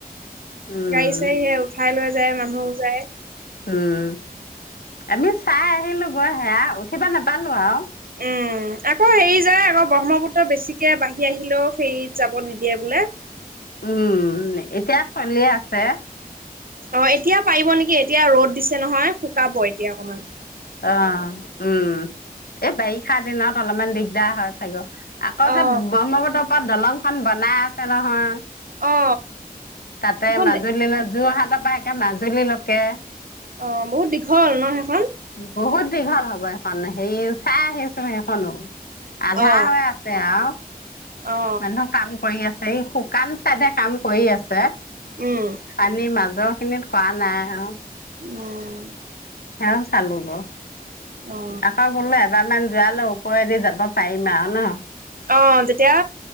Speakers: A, on the left; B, on the right.
A: উম,
B: গাড়ী চাাৰী সে উঠাই লৈ যায় মানুহো যায়
A: উম আমি চাই আহিলো গৈ সেয়া উঠিবা নাপালো আৰু
B: উম আকৌ হেৰি যায় আকৌ ব্ৰহ্মপুত্ৰ বেছিকে বাঢ়ি আহিলেও ফেৰীত যাব নিদিয়ে বোলে
A: উম এতিয়া চলি আছে
B: অ এতিয়া পাৰিব নেকি কি এতিয়া ৰ'দ দিছে নহয় শুকাব এতিয়া অকমান
A: অ উম এই বাৰিষা দিনত অলপমান দিগদাৰ হয় চাগে আকৌ
B: অ
A: যে ব্ৰহ্মপট দলং খন বনাই আছে নহয়
B: অ
A: তাতে
B: সেইখন
A: মাজুলী লে যোৰহাত তাৰপা একে মাজুলী লৈকে
B: অ বহুত দীঘল ন সেইখন
A: বহুত দীঘল হ'ব সেইখন সেই চাই আহিছো সেইখনো আধা
B: অ
A: হৈ আছে আৰু
B: অ
A: মানুহৰ কাম কৰি আছে এই শুকান চাইডে কাম কৰি আছে
B: উম
A: পানী মাজত িন কোৱা নাই অ
B: উম
A: সেও চালো গ
B: অ
A: আকৌ ভুল এবাৰ মমান যোৱালৈ ওপৰেদি যাব পাৰিমা আৰু ন
B: অ তেতিয়া